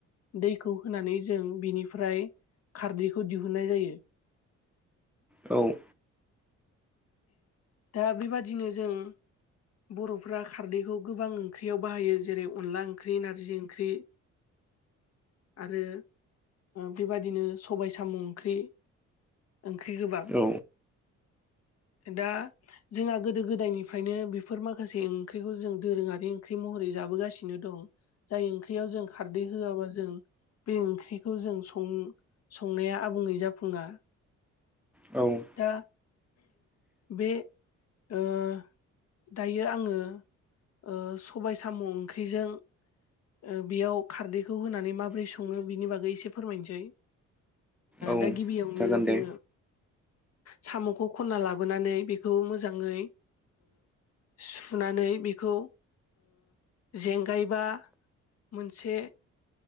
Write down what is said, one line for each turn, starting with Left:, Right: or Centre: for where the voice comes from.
Left: दैखौ होनानै जों बिनिफ्राय खारदैखौ दिहुनन्नाय जायो।
Centre: औ।
Left: दा बेबादिनो जों बर'फ खारदैखौ गोबां ओंख्रियाव बाहायो जेरै अनला ओंख्रि नारजि ओंख्रि आरो बेबादिनो सबाय साम' ओंख्रि। ओंख्रि गोबां
Centre: औ
Left: दा जोंहा गोदो गोदायनिफ्रायनो बि बेफोर माखासे ओंख्रिखौ जों दोरोङारि ओंख्रि महरै जाबोगासिनो दं। जाय ओंख्रियाव जों खारदै होआबा जों बे ओंख्रिखौ जों सं संनाया आबुङै जाफुङा
Centre: औ
Left: दा बे उम दायो आङो ओ सबाय साम' ओंख्रिजों ओ बेयाव खारदैखौ होनानै माबोरै सङो बिनि बागै एसे फोरमायनोसै।
Centre: औ
Left: दा गिबियावनो
Centre: जागोन
Left: जोङो
Centre: दे
Left: साम'खौ खन्ना लाबोनानै बेखौ मोजाङै सुनानै बेखौ जेंगायबा मोनसे